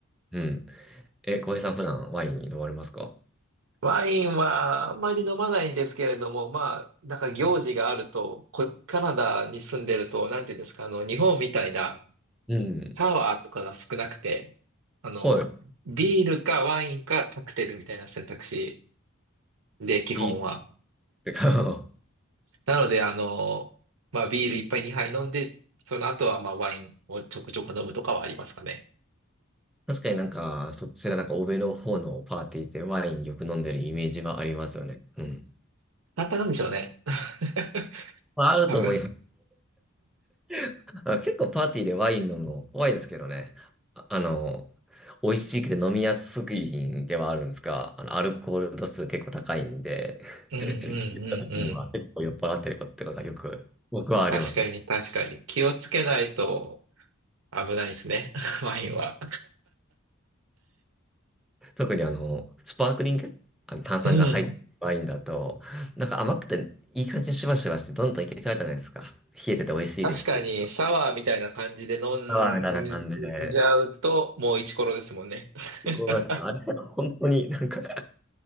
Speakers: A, in the centre; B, on the right.
A: うん。え、浩平さん、普段ワイン飲まれますか
B: ワインはあんまり飲まないんですけれども、まあ、なんか行事があると、こ、カナダに住んでると、なんていうんですか、あの、日本みたいな
A: うん。
B: サワーとかが少なくて、あの、
A: はい。
B: ビールかワインかカクテルみたいな選択肢で、基本は。
A: ビール <laughs> てか、
B: なので、あの、まあ、ビール一杯二杯飲んで、その後は、まあ、ワインをちょくちょく飲むとかはありますかね。
A: <laughs> 確かになんか、そちらなんか欧米の方のパーティーでワインよく飲んでるイメージはありますよね。うん。
B: 簡単なんでしょうね。<laughs>
A: まあ、あると思います。
B: 多分。
A: <laughs> あ結構パーティーでワイン飲むの怖いですけどね。あ、あの、美味しくて飲みやすい品ではあるんですが、あの、アルコール度数結構高いんで、
B: うんうんうんうん。
A: <laughs> 今結構酔っ払ってることとかがよく僕はありますよ。
B: 確かに確かに。気をつけないと危ないですね。<laughs> ワインは。
A: 特にあの、スパークリング、あの炭酸が入ったワインだと、
B: うん。
A: なんか甘くていい感じにしばしばしてどんどんいけちゃうじゃないですか。冷えてて美味しいですし。
B: 確かに、サワーみたいな感じで飲んじゃうと、
A: あーみたいな感じで。
B: もうイチコロですもんね。<laughs>
A: こうなんか、あれ、本当になんか